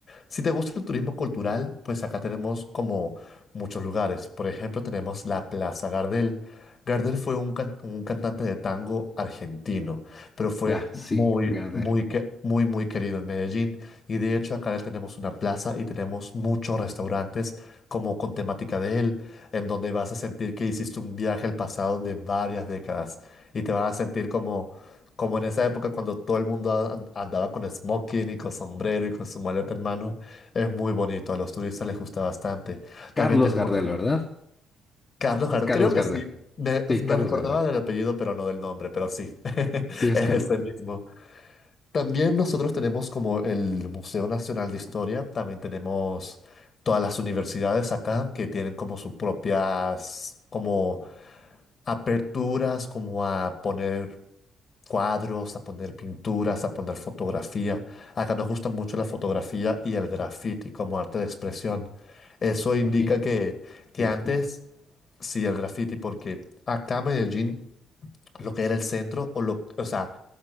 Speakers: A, on the left; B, on the left.
A: Si te gusta el turismo cultural, pues acá tenemos como muchos lugares. Por ejemplo, tenemos la Plaza Gardel. Gardel fue un, can- un cantante de tango argentino, pero fue
B: Ah, sí,
A: muy,
B: Gardel.
A: muy, que- muy, muy querido en Medellín. Y de hecho, acá le tenemos una plaza y tenemos muchos restaurantes como con temática de él, en donde vas a sentir que hiciste un viaje al pasado de varias décadas y te vas a sentir como como en esa época cuando todo el mundo a- an- andaba con smoking y con sombrero y con su maleta en mano, es muy bonito, a los turistas les gusta bastante.
B: Carlos
A: También tenemos
B: Gardel, ¿verdad?
A: Carlos
B: Es
A: Jardel,
B: Carlos
A: creo que
B: Gardel.
A: sí. Me,
B: Sí,
A: me
B: Carlos
A: recordaba
B: Gardel.
A: del apellido, pero no del nombre, pero sí, <laughs>
B: Sí, es
A: es
B: Carlos.
A: ese mismo. También nosotros tenemos como el Museo Nacional de Historia, también tenemos todas las universidades acá que tienen como sus propias como aperturas, como a poner cuadros, a poner pinturas, a poner fotografía. Acá nos gusta mucho la fotografía y el graffiti como arte de expresión. Eso indica
B: Ok,
A: que, que
B: graffiti.
A: antes... Sí, el graffiti, porque acá en Medellín, lo que era el centro, o lo, o sea,